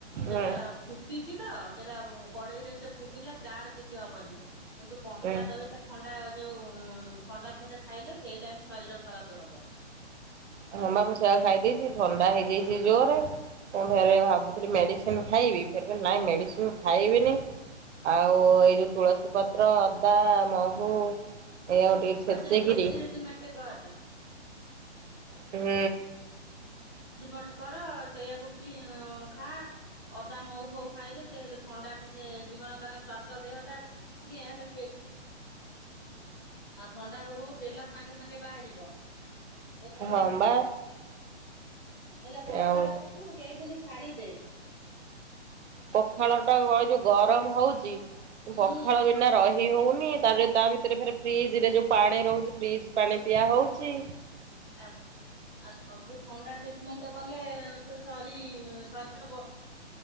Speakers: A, on the left; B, on the right.
A: ସେଟା
B: ହୁଁ
A: ଫୁଟିଛି ତ ସେଟା କଡେଇରେ ସେ ଫୁଟିଲା ତାର କିଛି ହବନି। କିନ୍ତୁ କଞ୍ଚା
B: ହୁଁ
A: ଦହି ଟା ଥଣ୍ଡା ଯୋଉ ଥଣ୍ଡା ଥିଲେ ଖାଇଲେ ସେଇଟା ହିଁ ଶରୀର ଖରାପ ହବ
B: ହଁ ମ ସେଇଆ ଖାଇଦେଇଛି ଥଣ୍ଡା ହେଇ ଯାଇଛି ଜୋରେ। ମୁଁ ଫେରେ ଭାବୁଥିଲି ମେଡ଼ିସିନ ଖାଇବି ଫେରେ କହିଲି ନାଇଁ ମେଡ଼ିସିନ ଖାଇବିନି। ଆଉ ଏଇ ଯୋଉ ତୁଳସୀ ପତ୍ର, ଅଦା, ମହୁ ଏଇଆକୁ ଟିକେ ଛେଚିକିରି
A: ଆଉ ସେଇ ଦେଶୀ ରିଟମେଣ୍ଟ କର
B: ହୁଁ।
A: ମଟ କର ସେଇଆକୁ ପି ଖା ଅଦା, ମହୁ ଫଉ ଖାଇଲେ ସେ ହେଲେ ଥଣ୍ଡା ଟିକେ ଜୀବନ କା ଶ୍ୱାସ ଦେହଟା ଇଆଡ଼େ ପେଲି ଥଣ୍ଡା ହଉ ହଉ ପେଲା ସାଙ୍ଗେ ସାଙ୍ଗେ ବାହାରିବ। ପେଲା ବାହାରିଲେ
B: ହଁ ବା।
A: ଏ ପଖାଳ
B: ଆଉ
A: ଖାଉନୁ କେଇ ଦିନ ଛାଡିଦେ।
B: ପଖାଳ ଟା ଯୋଉ ଗରମ ହଉଛି
A: ହୁଁ
B: ପଖାଳ ବିନା ରହି ହଉ ତାପରେ ତା ଭିତରେ ଫ୍ରିଜ ରେ ଯୋଉ ପାଣି ରହୁଛି ଫ୍ରିଜ ପାଣି ପିଆ ହଉଛି।
A: ଆ ଆ ସବୁ ଥଣ୍ଡା ସେ ଟ୍ରିଟମେଣ୍ଟ କଲେ ସେ ଶରୀ ଶରୀର ବ